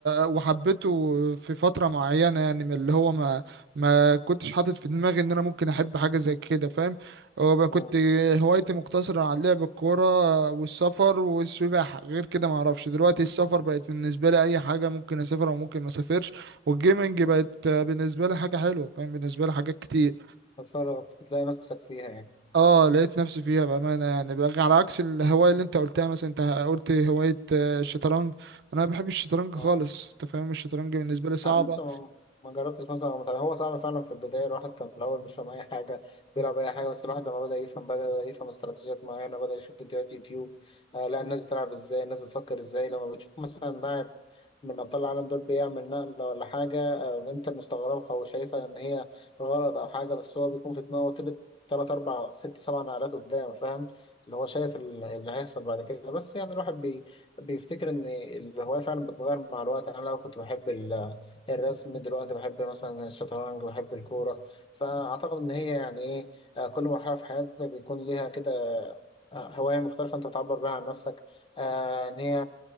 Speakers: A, on the right (about 60°); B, on the left (about 25°).
A: وحبيته في فترة معينة يعني من اللي هو ما ما كنتش حاطط في دماغي إن أنا ممكن أحب حاجة زي كده فاهم وبقى كنت
B: مم.
A: هوايتي مقتصرة على لعب الكورة والسفر والسباحة غير كده ما أعرفش دلوقتي السفر
B: مم.
A: بقت بالنسبة لي أي حاجة ممكن أسافر أو ممكن ما أسافرش والجيمنج
B: مم.
A: بقت بالنسبة لي حاجة حلوة فاهم بالنسبة لي حاجات كتير
B: بتفرغ بتلاقي نفسك فيها يعني
A: اه لقيت نفسي فيها بأمانة يعني بقى على عكس الهواية اللي انت قلتها مثلا انت قلت هواية آه، الشطرنج انا ما بحبش الشطرنج خالص
B: آه.
A: انت فاهم الشطرنج بالنسبة لي صعبة
B: عاد انت ما ما جربتش مثلا أو متابع- هو صعب فعلا في البدايه الواحد كان في الاول مش فاهم اي حاجه بيلعب اي حاجه بس الواحد لما بدا يفهم بدا يفهم استراتيجيات معينه بدا يشوف فيديوهات يوتيوب آه لا الناس بتلعب ازاي الناس بتفكر ازاي لما بتشوف مثلا لاعب من ابطال العالم دول بيعمل نقله ولا حاجه آه انت مستغربها وشايفها ان هي غلط او حاجه بس هو بيكون في دماغه تلت تلات أربع ست سبع نقلات قدام فاهم اللي هو شايف ال- اللي هيحصل بعد كده بس يعني الواحد بي بيفتكر إن الهواية فعلا بتتغير مع الوقت أنا لو كنت بحب ال الرسم دلوقتي بحب مثلا الشطرنج بحب الكورة فأعتقد إن هي يعني إيه آه، كل مرحلة في حياتك بيكون ليها كده آه، هواية مختلفة أنت بتعبر بيها عن نفسك آه، إن هي